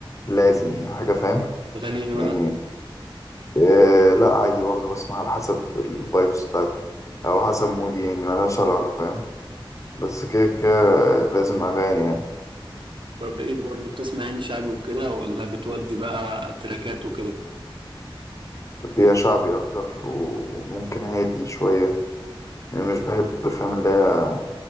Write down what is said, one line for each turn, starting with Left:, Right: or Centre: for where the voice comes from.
Left: لازم يعني حاجة فاهم
Right: اغاني ايه بقى
Left: يعني آه لا عادي برضو بسمع على حسب الفايبس بتاعت أو حسب مودي يعني ملهاش علاقة فاهم بس كده كده لازم أغاني يعني
Right: طب ايه برضه بتسمع يعني شعبي وكده ولا بتودي بقى تراكات وكده
Left: بيها شعبي أكتر وممكن هادي شوية يعني مش بحب فاهم اللي هي